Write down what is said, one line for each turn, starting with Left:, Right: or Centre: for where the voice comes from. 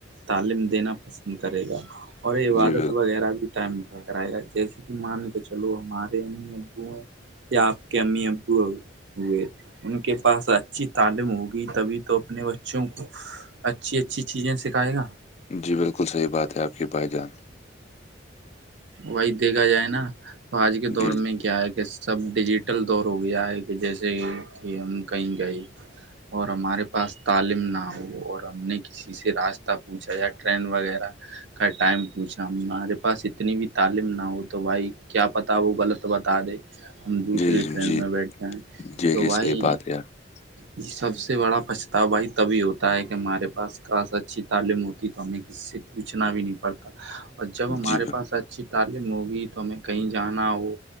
Right: تعلیم دینا پسند کرے گا اور عبادت
Left: جی بالکل
Right: وغیرہ بھی ٹائم کرائے گا جیسے کہ مان کے چلو ہمارے امی ابو ہیں یا آپ کے امی ابو اور ہوئے ان کے پاس اچھی تعلیم ہوگی تبھی تو اپنے بچوں کو اچھی اچھی چیزیں سکھائے گا
Left: جی بالکل صحیح بات ہے آپ کی بھائی جان
Right: وہی دیکھا جائے نا تو آج کے دور
Left: جی
Right: میں کیا ہے کہس سب ڈیجیٹل دور ہو گیا ہے کہ جیسے کہ ہم کہیں گئے اور ہمارے پاس تعلیم نہ ہو اور ہم نے کسی ک سے راستہ پوچھا یا ٹرین وغیرہ کا ٹائم پوچھا ہمارے پاس ا اتنی بھی تعلیم نہ ہو تو بھائی کیا پتا وہ غلط بتا دے ہم
Left: جی
Right: دوسری ٹرین
Left: جی
Right: میں بیٹھتے ہیں
Left: جی
Right: تو
Left: جی
Right: وہی
Left: صحیح بات <inaudible>
Right: یہ سب سے بڑا پچھتاواائی تبھی ہوتا ہے کہ ہمارے پاس خ سا اچھی تعلیم ہوتی ہے تو ہمیں ک سے پوچھنا بھی نہیں پڑتا اور جب ہمارے
Left: جی
Right: س اچھی تعلیم ہوگی تو ہمیں کہیں جانا ہو